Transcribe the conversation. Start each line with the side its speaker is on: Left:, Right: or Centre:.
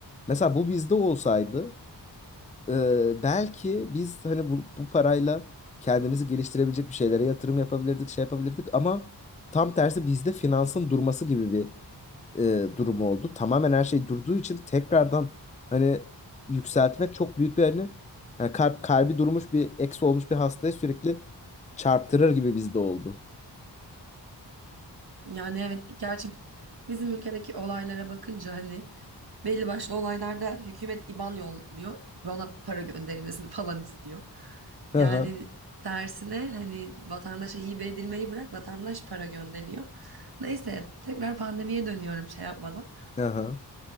Left: Mesela bu bizde olsaydı e, belki biz hani bu, bu parayla kendimizi geliştirebilecek bir şeylere yatırım yapabilirdik, şey yapabilirdik ama tam tersi bizde finansın durması gibi bir e, durumu oldu. Tamamen her şey durduğu için tekrardan hani yükseltmek çok büyük bir hani hani kalp kalbi durmuş bir eksi olmuş bir hastaya sürekli çarptırır gibi bizde oldu.
Right: Yani evet gerçi bizim ülkedeki olaylara bakınca hani belli başlı olaylarda hükümet IBAN yolluyor. IBAN'a para gönderilmesini falan istiyor.
Left: Hı
Right: Yani
Left: hı.
Right: tersine hani vatandaşa hibe edilmeyi bırak vatandaş para gönderiyor. Neyse tekrar pandemiye dönüyorum şey yapmadan.
Left: Hı hı.